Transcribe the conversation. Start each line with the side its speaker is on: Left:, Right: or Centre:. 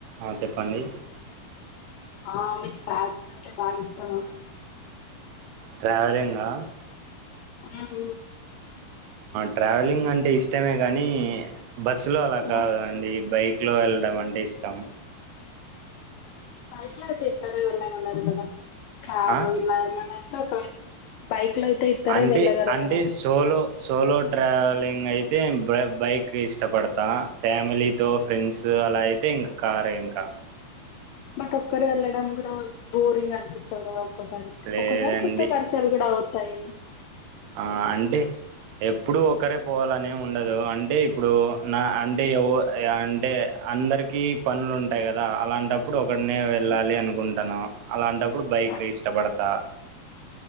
Right: ఆ చెప్పండి
Left: ఆ మీకు ట్రావెలింగ్ అంటే భాగ ఇష్టమా
Right: ట్రావెలింగ్ హా
Left: హమ్ మ్మ
Right: ట్రావెలింగ్ అంటే ఇష్టమే కానీ బస్సులో అలా
Left: ఉమ్.
Right: కాదండి బైక్ బైకులో వెళ్ళడం అంటే ఇష్టం
Left: బైక్ లో అయితే ఇతడ వెళ్ళల్దు కధ కారు
Right: ఆ
Left: ఇలా ఏమన్నా అయితే ఒకవేళ బైక్ లో అయితే ఇద్దరే
Right: అంటే
Left: వెళ్ళగలరు
Right: అంటే
Left: కదా
Right: సోలో సోలో ట్రావెలింగ్ అయితే బై బైక్ ఇష్టపడతా ఫ్యామిలీతో ఫ్రెండ్స్
Left: ఓకే.
Right: అలాయి తే కారే ఇంకా
Left: బట్ ఒకరే వెళ్ళడం కూడా బోరింగ్ అనిపిస్తుంది కదా ఒక్కసారి
Right: లేదండి
Left: ఒక్కసారి కొత్త పరిసలు కూడా అవుతాయి
Right: ఆ అంటే ఎప్పుడు ఒకరే పోవాలనిమి ఉండదు అంటే ఇప్పుడు నా అంటే యావే అంటే అందరికి పనులు ఉంటాయి కదా అలాంటప్ అప్పుడు ఒకడినే
Left: అవును.
Right: వెళ్ళాలి అనుకుంటాను అలాంటప్పుడు బైక్
Left: ఓకే
Right: ఇష్టపడతా